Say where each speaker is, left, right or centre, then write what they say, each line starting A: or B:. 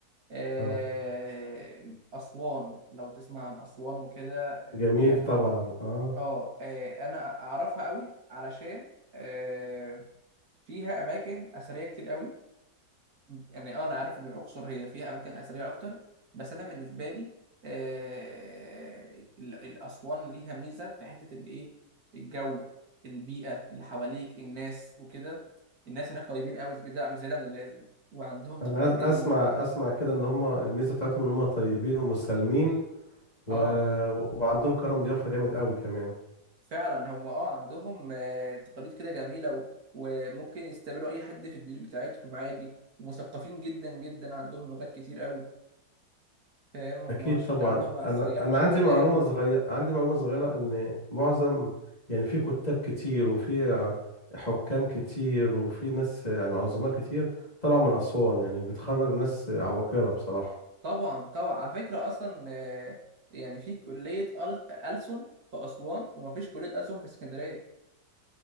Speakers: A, on the right (about 55°); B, on the left (about 25°).
A: آه،
B: اه
A: اسوان لو تسمع عن اسوان وكده آه،
B: جميل
A: يعني
B: طبعا اه
A: اه آه، انا اعرفها قوي علشان آه، فيها اماكن اثريه كتير قوي يعني اه انا عارف ان الاقصر هي فيها اماكن اثريه اكتر بس انا بالنسبه لي آه ال- الاسوان ليها ميزه في حته ان ايه الجو البيئه اللي حواليك الناس وكده الناس هناك طيبين قوي زياده زيادة عن اللازم وعندهم تقاليد
B: انا أ-
A: جميله
B: اسمع اسمع كده ان هم الميزه بتاعتهم ان هم طيبين ومسالمين و...
A: اه
B: و- وعندهم كرم ضيافه جامد قوي كمان
A: فعلا هم اه عندهم آه تقاليد كده جميله و... وممكن يستقبلوا اي حد في البيوت بتاعتهم عادي ومثقفين جدا جدا عندهم لغات كتير قوي فاهم هم
B: اكيد
A: عشان
B: طبعا
A: تعاملهم مع السياح
B: انا انا
A: بشكل
B: عندي
A: دائم
B: معلومه صغيره عندي معلومه صغيره ان معظم يعني في كتاب كتير وفي حكام كتير وفي ناس يعني عظماء كتير طلعوا من اسوان يعني بتخرج ناس عباقره بصراحه
A: طبعا طبعا على فكرة أصلا آه، يعني في كلية أل- ألسن في أسوان ومفيش كلية ألسن في اسكندرية